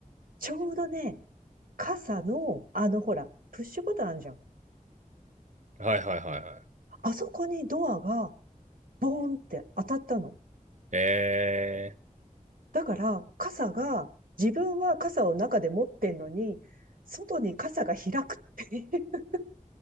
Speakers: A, on the right; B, on the right.
A: ちょうどね、傘の、あの、ほら、プッシュボタンあるじゃん。
B: はいはいはいはい。
A: あそこにドアが、ボーンって当たったの。
B: ええ
A: だから、傘が、自分は傘を中で持ってんのに、外に傘が開くっていう。